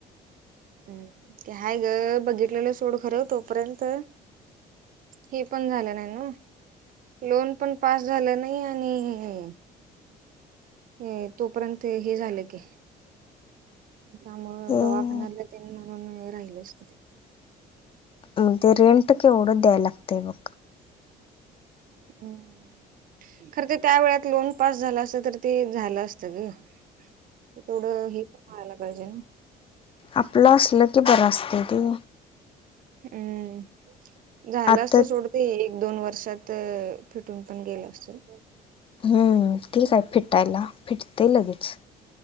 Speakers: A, on the right; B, on the left.
A: हम्म, ते हायगं बघितलेलं सोड, खरं तोपर्यंत हे पण झालं नाही नव्हं, लोन पण पास झालं नाही आणि हे तोपर्यंत हे झालं की. त्यामुळं
B: मग
A: दवाखान्यातलं तेन म्हणून हे राहीलच.
B: अं ते रेंट केवढं द्याय लागतंय बघ.
A: हम्म. खरं तर त्या वेळात लोन पास झालं असतं, तर ते झालं असतं गं. तेवढं हेपण व्हायला पाहिजे ना.
B: आपलं असलं की बरं असतंय ते.
A: अं झालं
B: आता
A: असतं सोड ते एक दोन वर्षात फिटूनपण गेलं असतं.
B: हम्म, ठीक हाय फिटायला फिटतंय लगेच.